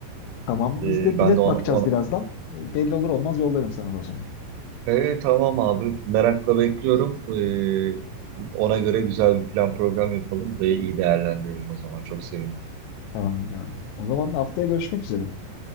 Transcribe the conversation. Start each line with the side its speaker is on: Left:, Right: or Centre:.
Left: Tamam
Right: E,
Left: biz de
Right: ben
Left: bilet
Right: de ona,
Left: bakacağız
Right: ona...
Left: birazdan. E, belli olur olmaz yollarım sana o zaman.
Right: E, tamam abi merakla bekliyorum. E, ona göre güzel bir plan program yapalım. Burayı iyi değerlendirelim o zaman. Çok sevindim.
Left: Tamamdır abi. O zaman haftaya görüşmek üzere.